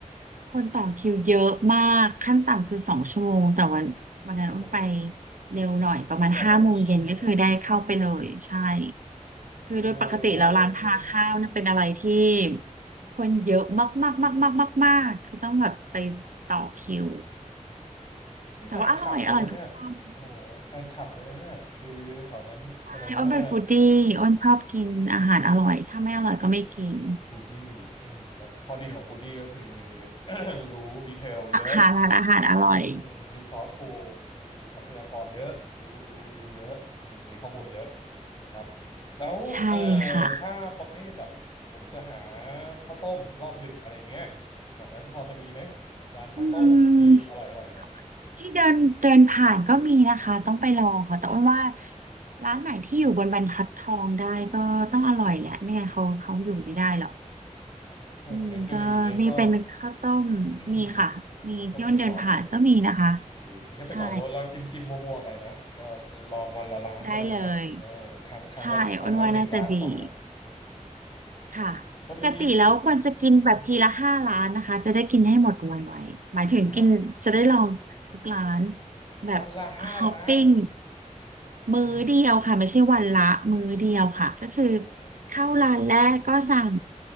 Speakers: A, on the right; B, on the left.
A: คนต่อคิวเยอะมากขั้นต่ำคือสองชั่วโมงแต่วันวันนั้นอ้นไป
B: โอ้โห
A: เร็วหน่อยประมาณห้าโมงเย็นก็คือได้เข้าไปเลยใช่
B: สองชั่วโมง
A: คือโดยปกติแล้วร้านพาข้าวเนี่ยเป็นอะไรที่
B: โอ้โหนี่
A: คนเยอะมากมากมากมากมากๆคือต้องแบบไปต่อคิว
B: นี่แฟนคลับเลยนะเนี่ยโอ้โหแฟนคลับเลยนะเนี่ยคือแถวนั้นแสดงว่า
A: แต่ว่าอร่อยอร่อยทุกจานจริงๆใช่อ้นเป็นฟู้ดดี้อ้นชอบกินอาหารอร่อยถ้าไม่อร่อยก็ไม่กิน
B: <coughs> <clears throat> ฟูดดี้อืมแล้วข้อดีของฟูดดี้ก็คือ <coughs> รู้ดีเทลเยอะ
A: หาร้านอาหารอร่อย
B: อืมรีซอสฟูลมีทรัพยากรเยอะรู้รู้รู้เยอะอืมมีข้อมูลเยอะครับแล้วเอ่อ
A: ใช่ค่ะ
B: ถ้าประเภทแบบผมจะหาข้าวต้มรอบดึกอะไรเงี้ยแถวนั้นพอจะมีไหมร้านข้าวต้มที่อร่อยอร่อยหน่อย
A: อืมที่เดินเดินผ่านก็มีนะคะต้องไปลองค่ะแต่อ้นว่าร้านไหนที่อยู่บนบรรทัดทองได้ก็ต้องอร่อยแหละไม่งั้นเขาเขาอยู่ไม่ได้หรอกอืมก็มีเป็นข้าวต้มมีค่ะมีที่อ้นเดินผ่านก็มีนะคะ
B: เงั้นก็ดีงั้นก็ <coughs> <clears throat> นี่ก็ไปจอดรถ ดีงี้ก็ไปจอดรถแล้วจิ้มจิ้มมั่วๆไปเนาะก็ลองวันละล้านก็ได้เนาะเออครั้งครั้งละครั้งละหนึ่งล้านสองล้าน
A: ใช่ได้เลยใช่อ้นว่าน่าจะดี ค่ะปกติแล้วควรจะกินแบบทีละห้าร้านนะคะจะได้กินให้หมดไวๆหมายถึงกินจะได้ลองทุกร้าน
B: <laughs> พอดีอืมฮะ
A: แบบ
B: วันละห้าล้าน
A: ฮอปปิ้งมื้อเดียวค่ะไม่ใช่วันละมื้อเดียวค่ะก็คือ
B: โอ้โหอ๋อมือเดียว
A: เข้าร้านแรกก็สั่ง